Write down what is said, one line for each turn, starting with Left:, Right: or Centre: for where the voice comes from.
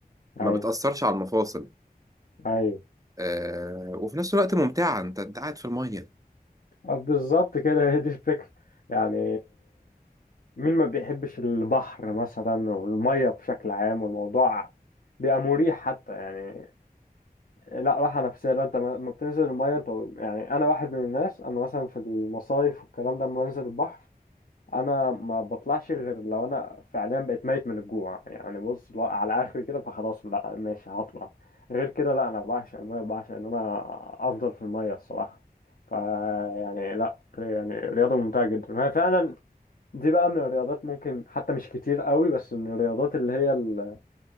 Right: ما
Left: ايوه
Right: بتأثرش على المفاصل
Left: ايوه
Right: آه وفي نفس الوقت ممتعة انت انت قاعد في المية
Left: آه، بالظبط كده هي دي الفكره يعني مين ما بيحبش البحر مثلا والمية بشكل عام والموضوع بيبقى مريح حتى يعني لا راحة نفسية لو انت ما ما بتنزل المية انت يعني انا واحد من الناس انا مثلا في المصايف والكلام ده لما بنزل البحر انا ما بطلعش غير لو انا فعليا بقيت ميت من الجوع يعني بص لو على اخري كده فخلاص لا ماشي هطلع غير كده لا انا بعشق المية بعشق ان انا افضل في المية الصراحة فيعني لا يعني رياضة ممتعة جدا هي فعلا دي بقى من الرياضات ممكن حتى مش كتير قوي بس من الرياضات اللي هي ال-